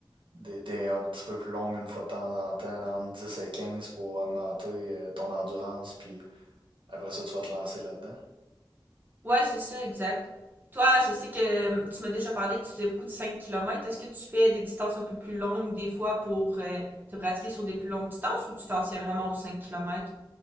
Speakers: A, on the right; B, on the right.
A: des, des un petit peu plus longues une fois de temps en temps, entre 10 et 15 pour augmenter euh, ton endurance, puis après ça, tu vas te lancer là-dedans.
B: Ouais, c'est ça, exact. Toi, je sais que hum, tu m'as déjà parlé que tu faisais beaucoup de 5 kilomètres. Est-ce que tu fais des distances un peu plus longues des fois pour euh, te pratiquer sur des plus longues distances ou tu t'en tiens vraiment aux cinq kilomètres